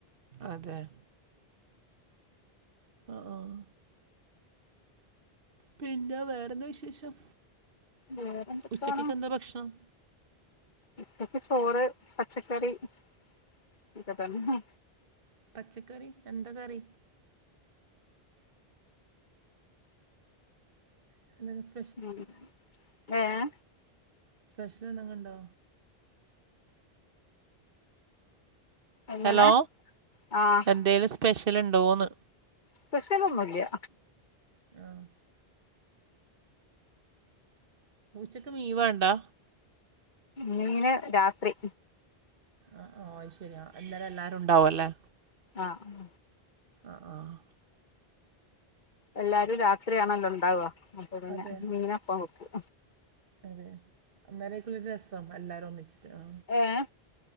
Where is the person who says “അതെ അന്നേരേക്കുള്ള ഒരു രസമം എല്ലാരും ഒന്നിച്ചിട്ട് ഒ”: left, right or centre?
Right